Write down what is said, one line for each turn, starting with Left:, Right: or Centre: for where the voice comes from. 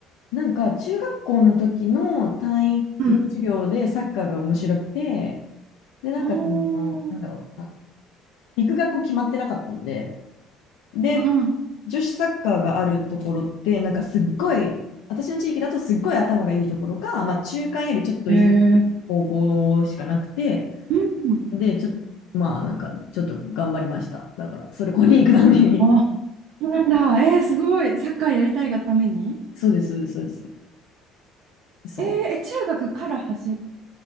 Left: なんか、中学校の時の体育の授業でサッカーが面白くて、
Right: うん
Left: で、なんか、
Right: ああー、
Left: その、なんだろう、あの行く学校決まってなかったんで、で、
Right: うん
Left: 女子サッカーがあるところって、なんかすっごい、私の地域だとすっごい頭がいいところか、まあ中間よりちょっといい
Right: へえー。
Left: 高校しかなくて、
Right: うんうん
Left: で、ちょっと、まあなんかちょっと頑張りました。だから、それこに行くために。
Right: あ、そうなんだ。えー、すごい。サッカーやりたいがために。
Left: そうです、そうです、そうです。そう。
Right: えー、え中学から始